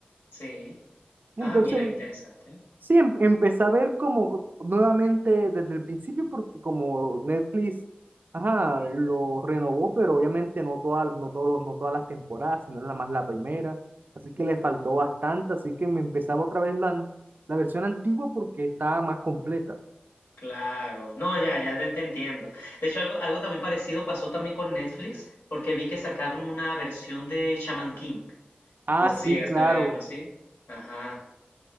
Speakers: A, on the left; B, on the right.
A: Sí.
B: Entonces,
A: Ah, mira, interesante.
B: sí, em- empecé a ver como nuevamente desde el principio porque como Netflix, ajá, lo renovó, pero obviamente no todas no todo, no todas las temporadas, sino nada más la primera. Así que le faltó bastante, así que me empezaba otra vez la, an- la versión antigua porque estaba más completa.
A: Claro, no, ya, ya te, te entiendo. De hecho, algo, algo también parecido pasó también con Netflix, porque vi que sacaron una versión de Shaman King.
B: Ah,
A: No sé
B: sí,
A: si llegaste
B: claro.
A: a verlo, ¿sí? Ajá.